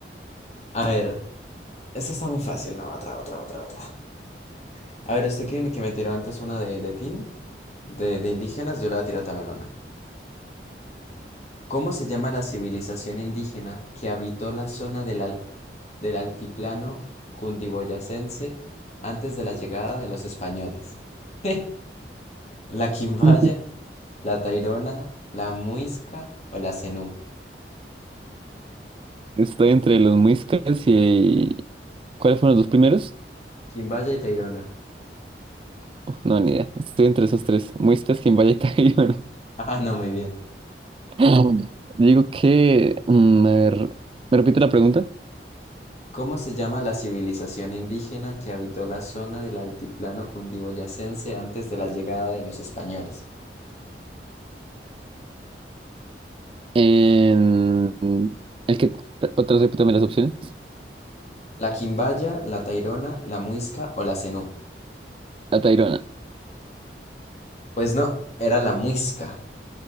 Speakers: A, on the left; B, on the right.
A: A ver, esta está muy fácil. No, otra, otra, otra, otra. A ver, usted que me, que me tiró antes una de, de Tin, de, de indígenas, yo le voy a tirar también una. ¿Cómo se llama la civilización indígena que habitó la zona del, al- del altiplano cundiboyacense antes de la llegada de los españoles? <laughs> ¿La Quimbaya,
B: <laughs>
A: la Tairona, la Muisca o la Zenú?
B: Estoy entre los muiscas y... ¿Cuáles fueron los dos primeros?
A: Quimbaya y Tairona.
B: Uf, No, ni idea. Estoy entre esos tres. Muistas, Quimbaya y Tayrona.
A: Ah, no, muy bien.
B: <laughs> Digo que... mm, a ver, ¿me repite la pregunta?
A: ¿Cómo se llama la civilización indígena que habitó la zona del altiplano cundiboyacense antes de la llegada de los españoles?
B: En... El que... Otra vez repítame las opciones.
A: ¿La Quimbaya, la Tairona, la Muisca o la Zenú?
B: La Tayrona.
A: Pues no, era la Muisca.